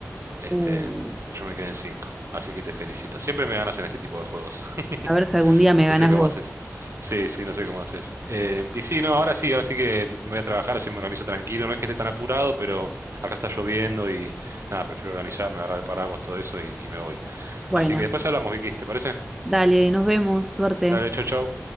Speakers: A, on the right; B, in the centre.
A: Este,
B: Uh,
A: pues yo me quedé en cinco Así que te felicito. Siempre me ganas en este tipo de juegos. <laughs>
B: a ver si algún día me ganas
A: No sé cómo
B: vos.
A: haces. Sí, sí, no sé cómo haces. Eh, y sí, no, ahora sí, ahora sí que me voy a trabajar, así me organizo tranquilo. No es que esté tan apurado, pero acá está lloviendo y nada, prefiero organizarme, agarrar el paraguas, todo eso y, y me voy.
B: Bueno,
A: Así que después hablamos, Vicky, ¿te parece?
B: dale, nos vemos, suerte.
A: Dale, chau, chau.